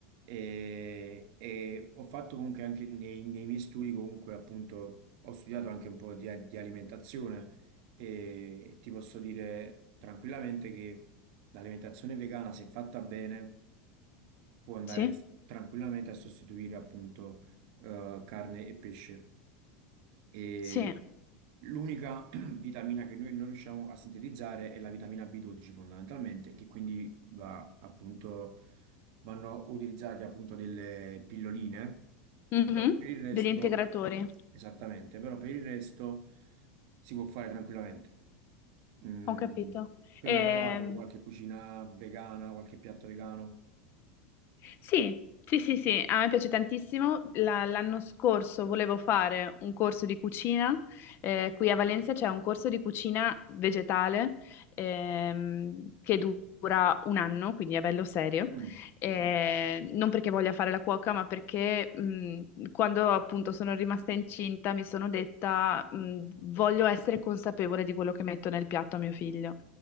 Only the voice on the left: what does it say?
sì,
sì.
Mhm.
Degli integratori,
ho capito.
Ehm,
Sì, sì, sì, sì, a me piace tantissimo. La- l'anno scorso volevo fare un corso di cucina. eh, qui a Valencia c'è un corso di cucina vegetale ehm, che dura un anno, quindi è bello serio.
Eh, non perché voglia fare la cuoca, ma perché mh, quando appunto sono rimasta incinta mi sono detta mh, voglio essere consapevole di quello che metto nel piatto a mio figlio